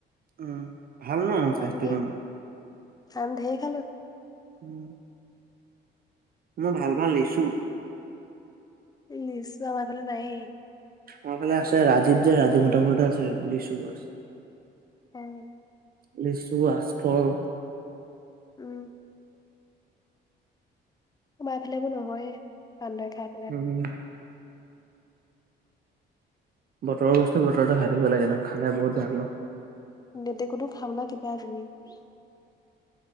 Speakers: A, on the right; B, on the left.
A: উম, ভাল ন' স্বাস্থ্য
B: আম ধেৰ,
A: কাৰণে।
B: আম ঢেৰ খালো।
A: উম। মই ভাল‌ পাওঁ লেচু।
B: লিচু আমাৰ ফালে নায়েই।
A: আমাৰ ফালে আছে। ৰাজীৱ যে, ৰাজীৱহঁতৰ ঘৰতে আছে লিচু গছ।
B: <inaudible>
A: লিচু, আচফল,
B: উম। আমাৰ এফালে এবোৰ নহয়ে, বান্দৰে খা
A: উম। বতৰৰ বস্তু বতৰতে খাই থাকিব লাগে ন', খালে বহুত ভাল ন'।
B: লেটেকুটো <unintelligible> কিবা কিবি